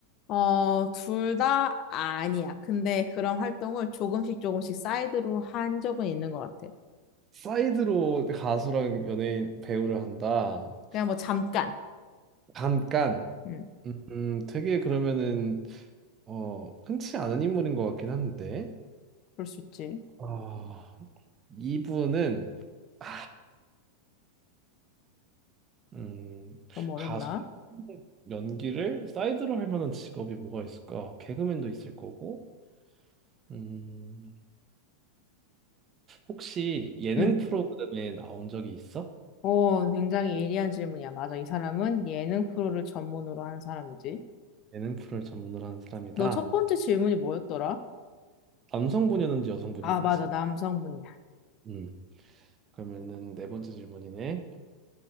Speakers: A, on the left (about 35°); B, on the right (about 25°).
A: 어, 둘 다 아니야. 근데 그런 활동을 조금씩 조금씩 사이드로 한 적은 있는 것 같아.
B: 사이드로 가수랑 연예인 배우를 한다.
A: 그냥 뭐 잠깐.
B: 잠깐.
A: 응,
B: 음, 음, 되게 그러면은 어, 흔치 않은 인물인 것 같긴 한데.
A: 그럴 수 있지.
B: 어, 이분은 아, 음,
A: 너무 어렵나?
B: 가수 연기를 사이드로 할 만한 직업이 뭐가 있을까? 개그맨도 있을 거고. 음, 혹시 예능
A: 응,
B: 프로그램에 나온 적이 있어?
A: 오, 굉장히 예리한 질문이야. 맞아. 이 사람은 예능 프로를 전문으로 하는 사람이지.
B: 예능 프로를 전문으로 하는 사람이다.
A: 너 첫 번째 질문이 뭐였더라?
B: 남성분이었는지 여성분이었는지.
A: 아, 맞아. 남성분이야.
B: 음, 그러면은 네 번째 질문이네.